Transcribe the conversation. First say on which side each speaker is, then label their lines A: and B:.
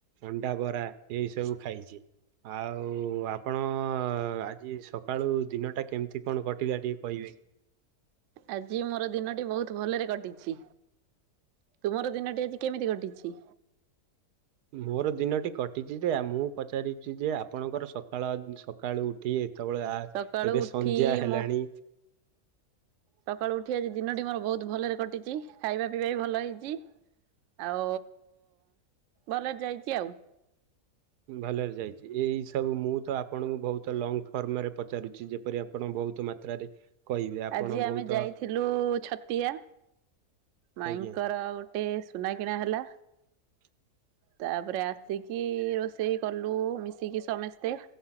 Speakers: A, on the right; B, on the right.
A: ଅଣ୍ଡା ବରା ଏଇ ସବୁ ଖାଇଛି। ଆଉ ଆପଣ ଆଜି ସକାଳୁ ଦିନଟା କେମିତି କଣ କଟିଲା ଟିକେ କହିବେ କି?
B: ଆଜି ମୋର ଦିନଟି ବହୁତ ଭଲରେ କଟିଛି। ତୁମର ଦିନଟି ଆଜି କେମିତି କଟିଛି?
A: ମୋର ଦିନଟି କଟିଛି ଯେ ମୁଁ ପଚାରୁଛି ଯେ ଆପଣଙ୍କର ସକାଳ ସକାଳୁ ଉଠି ତାବେଳେ ଆ
B: ସକାଳୁ
A: ଏବେ
B: ଉଠି
A: ସନ୍ଧ୍ୟା ହେଲାଣି
B: ମୋ ସକାଳୁ ଉଠି ଆଜି ଦିନଟି ମୋର ବହୁତ ଭଲରେ କଟିଛି ଖାଇବା ପିଇବା ବି ଭଲ ହେଇଚି। ଆଉ ଭଲେରେ ଯାଇଛି ଆଉ।
A: ଭଲରେ ଯାଇଛି ଏଇ ସବୁ ମୁଁ ତ ଆପଣଙ୍କୁ ବହୁତ ଲଙ୍ଗ ଫର୍ମରେ ପଚାରୁଛି ଯେପରି ଆପଣ ବହୁତ ମାତ୍ରାରେ କହିବେ ଆପଣ
B: ଆଜି ଆମେ
A: ବହୁତ
B: ଯାଇଥିଲୁ ଛତିଆ ମାଇଙ୍କର
A: ଆଜ୍ଞା।
B: ଗୋଟେ ସୁନା କିିଣା ହେଲା।
A: <unintelligible>
B: ତାପରେ ଆସିକି ରୋଷେଇ କଲୁ ମିଶିକି ସମସ୍ତେ।